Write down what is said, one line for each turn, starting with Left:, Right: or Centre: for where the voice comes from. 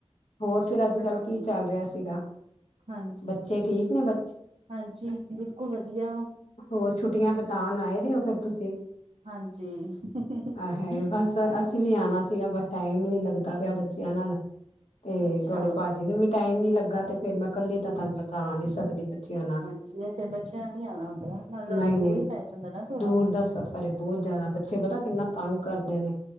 Left: ਹੋਰ ਫਿਰ ਅੱਜ
Right: ਮੈਂ
Left: ਕੱਲ੍ਹ
Right: ਤੁਹਾਨੂੰ
Left: ਕੀ ਚੱਲ ਰਿਹਾ ਸੀਗਾ
Right: ਹਾਂਜੀ
Left: ਬੱਚੇ ਠੀਕ ਨੇ ਬ?
Right: ਹਾਂਜੀ ਬਿਲਕੁਲ ਵਧੀਆ
Left: ਹੋਰ ਛੁੱਟੀਆਂ ਬਿਤਾਨ ਆਏ ਦਿ ਹੋ ਫਿਰ ਤੁਸੀਂ?
Right: ਹਾਂਜੀ ਹ ਹ
Left: ਆਏ ਹਾਏ
Right: ਹ
Left: ਬਸ ਅਸੀਂ ਵੀ ਆਉਣਾ ਸੀਗਾ ਬ ਟਾਈਮ ਹੀ ਨਹੀਂੀ ਲੱਗਦਾ ਪਿਆ ਬੱਚਿਆਂ ਨਾਲ ਤੇ
Right: ਅੱਛਾ
Left: ਤੁਹਾਡੇ ਭਾਜੀ ਨੂੰ ਵੀ ਟਾਈਮ ਨ ਲੱਗਾ ਤੇ ਫੇਰ ਮੈਂ ਕੱਲੀ ਤਾਂ ਤੁਹਾਨੂੰ ਪਤਾ ਆ ਨੀ ਸਕਦੀ ਹਾਂ
Right: ਹਾਂਜੀ ਇਹ ਤੇ ਬੱਚਿਆਂ ਨੇ ਨੀ ਆਉਣਾ ਹੁੰਦਾ ਨਾਲੇ ਤੁਹਾਡਾ
Left: ਨਹੀਂ
Right: ਦੂਰ
Left: ਨਹੀਂ
Right: ਹੀ ਪੈ ਜਾਂਦਾ ਨਾ ਥੋੜਾ
Left: ਦੂਰ ਦਾ ਸਫ਼ਰ ਬਹੁਤ ਜ਼ਿਆਦਾ ਬੱਚੇ ਪਤਾ ਕਿੰਨਾ ਤੰਗ ਕਰਦੇ ਨੇ